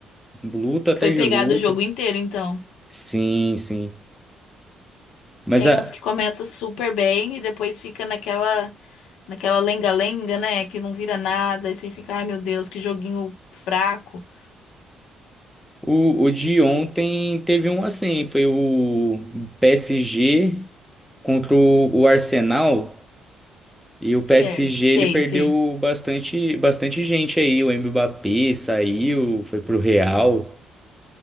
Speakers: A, in the centre; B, on the left.
A: luta atrás
B: Foi pegado
A: de luta.
B: o jogo inteiro, então.
A: Sim, sim. Mas
B: Tem
A: a
B: uns que começa super bem e depois fica naquela naquela lenga-lenga, né? Que não vira nada. E você fica, ai meu Deus, que joguinho fraco.
A: O, o de ontem teve um assim, foi o PSG contra o o Arsenal. E o
B: Sei,
A: PSG
B: sei,
A: ele perdeu
B: sei.
A: bastante, bastante gente aí. O Mbappé saiu, foi pro Real.